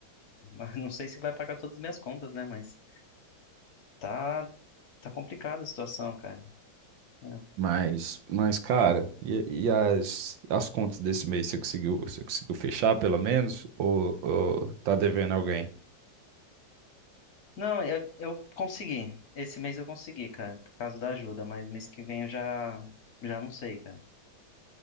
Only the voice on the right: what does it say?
mas, mas, cara, e, e as, as contas desse mês, você conseguiu, você conseguiu fechar pelo menos? Ou, ou tá devendo alguém?